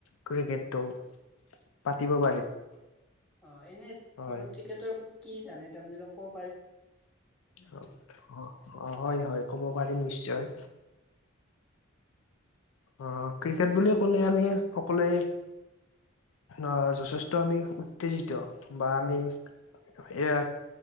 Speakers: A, on the left; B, in the centre.
A: ক্ৰিকেটটো। পাতিব
B: উম
A: পাৰি
B: অ এনে
A: হয়
B: আপুনি ক্ৰিকেটৰ ওপৰত কি জানে তাৰমানে ক
A: অ, হয়-হয়, কব পাৰিম নিশ্চয়। অ ক্ৰিকেট বুলি ক'লে আমি সকলোৱে আ যথেষ্ট আমি উত্তেজিত বা আমি এয়া